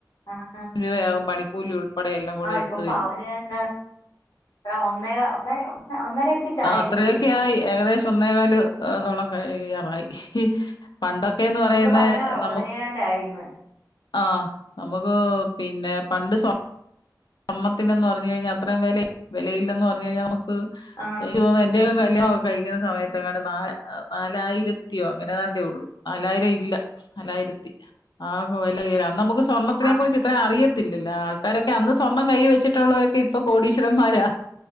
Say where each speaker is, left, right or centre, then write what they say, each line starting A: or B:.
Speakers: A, on the left (about 70°); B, on the left (about 80°).
A: ആഹ്
B: രൂപയാവും പണി കൂലി കൊട് <unintelligible> എല്ലാം കൂടെ എടുത്ത്
A: ഇപ്പം
B: വരുമ്പോ
A: പവന് എത്ര ഒന്നേ ഒന്നര ഒന്നര അടുപ്പിച്ചായല്ലേ
B: അത്രയൊക്കെ ആയി ഏകദേശം ഒന്നേകാല് തൊട കഴിയാറായി പണ്ടൊക്കേന്ന് പറയുന്ന
A: ഒന്ന് പതിനാറോ
B: നമുക്ക്
A: പതിനേഴാണ്ടോ ആയിന്ന്
B: ആ നമു പ് പിന്നെ പണ്ട് സ്വർ ണ്ണത്തിന് എന്ന്പറഞ്ഞ് കഴിഞ്ഞാ അത്ര വില വിലയില്ല എന്ന് പറഞ്ഞ് കഴിഞ്ഞാൽ നമുക്ക് ക്ക്
A: ആ
B: എനിയ്ക്ക് തോന്ന എന്റെ കല്യാണൊക്കെ കഴിക്കുന്ന സമയത്ത്ങ്ങാണ്ട് നാലാ നാലായിരത്തിയോ അങ്ങനേതാണ്ടെ യുള്ളൂ നാലായിരം ഇല്ല നാലായിരത്തി ആകെ വെല ഉയരാൻ അന്ന് നമുക്ക് സ്കൂ സ്വർണത്തിനെകുറിച്ച്
A: ആ
B: ഇത്ര അറിയത്ത് ത്തിലല്ല. ആൾക്കാരൊക്കെ അന്ന് സ്വർണ്ണം കൈയ്യി വെച്ചിട്ടുള്ളവരൊക്കെ ഇപ്പൊ കോടീശ്വരന്മാരാ